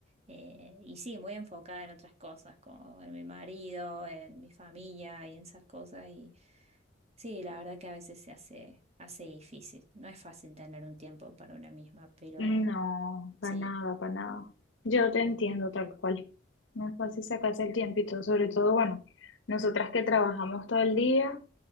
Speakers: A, on the right; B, on the left.
A: eh, y sí, muy enfocada en otras cosas, como en mi marido, en mi familia y en esas cosas. Sí, la verdad que a veces se hace, hace difícil. No es fácil tener un tiempo para una misma, pero
B: No, para
A: sí,
B: nada, para nada. Yo te entiendo tal cual. No es fácil sacarse el tiempito, sobre todo, bueno, nosotras que trabajamos todo el día